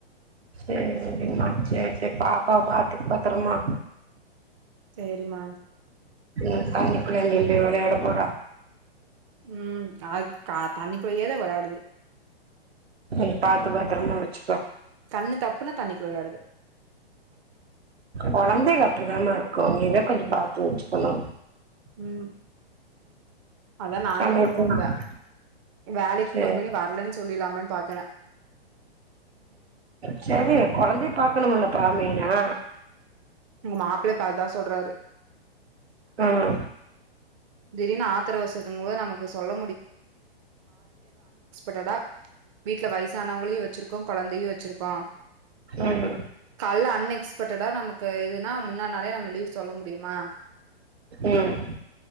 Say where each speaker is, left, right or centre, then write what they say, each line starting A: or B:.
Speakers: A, on the right; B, on the right.
A: செ செரிமா செர் செர் பாப்பாவ பாத்து பத்தரமா
B: செரிமா
A: ன்னு தண்ணிக்குள்ள நின்டு விளையாட போற
B: ம் ஆக் கா தண்ணிப்பிலயேத வெளா ஆடுது
A: ம் பாத்து பாத்தரமா வச்சுக்கோ
B: கண்ணு தப்புனா தண்ணிக்குள்ள வெளாடுது
A: குழந்தைக அப்பிடிதாமா இருக்கு நீ இத கொஞ்சோ பாத்து வச்சிக்கணு
B: ம் அதா நானே
A: சமையல்
B: இப்ப போன்த வேலைக்
A: சேரி
B: ஃபோன் பண்ணி வரலன் சொல்லிலா தரா
A: சேரி கொழந்தை பாகக்கணுல்லப்பா மெய்னா
B: உங்க மாப்பிள்ளப்பாத்தா சொல்றாரு
A: ம்
B: திடீர்னு ஆத்திர அவசரத்துங்கும் போது நமக்கு சொல்ல த்தா வீட்டுல வயசானவங்களையு வச்சிருக்கோ குழந்தையு வச்சிருக்கோ
A: ம்
B: கால்ல அன்எக்ஸ்பெக்ட்டடா நமக்கு இதுனா முன்னா நாலே நம்ம லீவ் சொல்ல முடியுமா
A: ம்